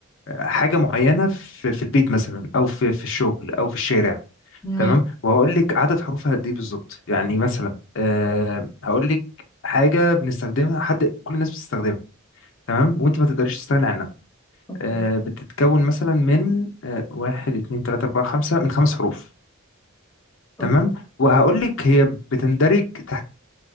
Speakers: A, on the left (about 65°); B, on the left (about 15°).
A: حاجة معينة في في البيت مثلا او في في الشغل او في الشارع
B: ماشي
A: تمام وهقول لك عدد حروفها قد ايه بالظبط يعني مثلا آه، هقول لك حاجة بنستخدمها حد كل الناس بتستخدمها تمام وانت ما تقدريش تستغني عنها
B: اوكي
A: آه، بتتكون مثلا من آه، واحد اتنين تلاتة أربعة خمسة من خمس حروف تمام
B: اوكي
A: وهقول لك هي بتندرج تحت